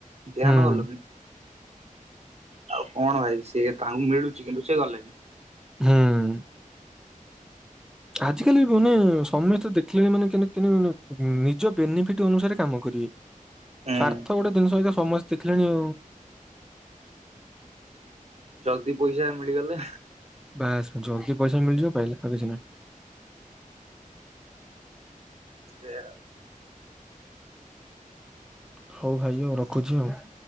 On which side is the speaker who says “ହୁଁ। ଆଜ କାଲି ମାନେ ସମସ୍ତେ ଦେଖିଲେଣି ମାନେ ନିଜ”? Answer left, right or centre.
Centre